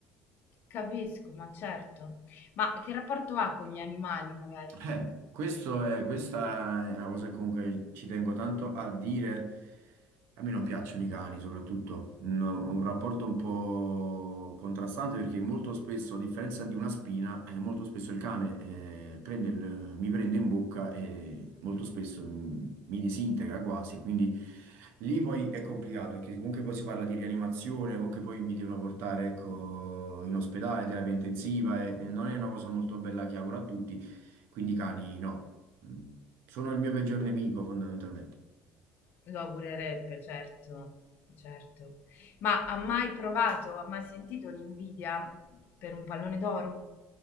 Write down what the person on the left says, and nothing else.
Capisco, ma certo. Ma che rapporto ha con gli animali, magari?
Lo augurerebbe, certo, certo. Ma ha mai provato, ha mai sentito l'invidia per un pallone d'oro?